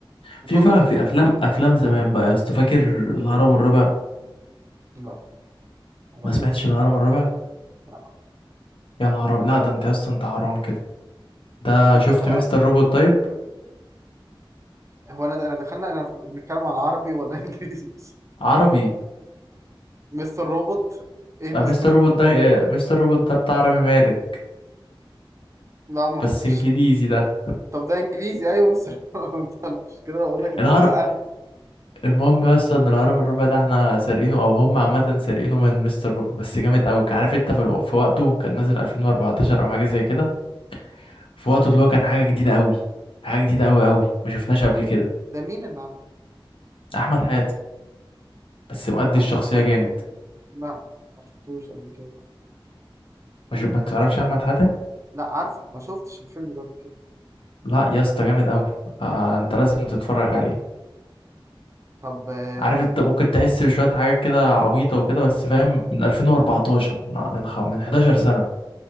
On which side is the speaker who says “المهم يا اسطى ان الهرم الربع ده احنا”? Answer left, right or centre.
Left